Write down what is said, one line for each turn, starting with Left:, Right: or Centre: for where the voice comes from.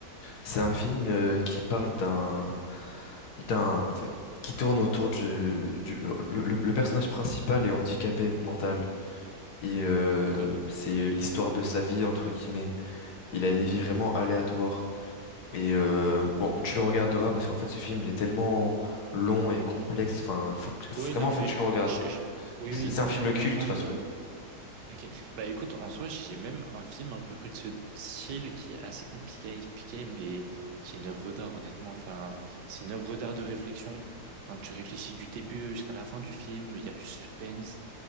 Left: C'est un film euh, qui parle d'un, d'un, qui tourne autour du, du- le, le- le personnage principal est handicapé mental. Et euh,
Right: D'accord.
Left: c'est l'histoire de sa vie, entre guillemets. Il a une vie vraiment aléatoire. Et euh, bon, tu le regarderas parce qu'en fait, ce film, il est tellement long et complexe. Enfin, faut que-
Right: Oui,
Left: vraiment,
Right: non,
Left: faut
Right: mais
Left: que tu le regardes.
Right: je, je- oui,
Left: C'est
Right: oui,
Left: c'est
Right: non,
Left: un
Right: mais
Left: film
Right: je peux
Left: culte,
Right: comprendre.
Left: de toute façon.
Right: euh, Ok. Bah écoute, en soi, j'ai même un film à peu près de ce style qui est assez compliqué à expliquer, mais qui est une œuvre d'art, honnêtement. Enfin, c'est une œuvre d'art de réflexion. Enfin, tu réfléchis du début jusqu'à la fin du film, il y a du suspense.